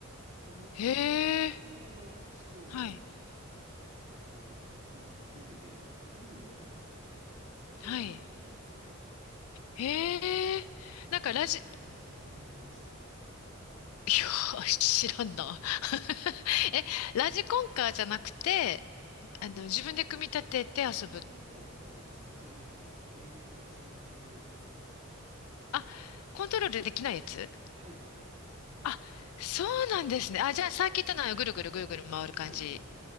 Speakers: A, on the right; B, on the left.
A: あ、もう本当にあの、
B: へえ、
A: 簡単な仕組みなんですけど、
B: はい。
A: あの、当時テレビでアニメをやってて、それのおもちゃだったんですけど、
B: はい。へえ、
A: えーなんか、小学生男子みんなやってました。
B: なんかラジ、<laughs> いや、知らんな。<laughs> え、ラジコンカーじゃなくて、あの、自分で組み立てて遊ぶ。
A: あ、そうですね。ラジコンではなんかあの、スイッチを入れたらもう永遠と走り続けるやつですね。
B: あ、コントロールできないやつ
A: はい。
B: あ、そうなんですね。あ、じゃあ、サーキットのぐるぐるぐるぐる回る感じ。
A: はい。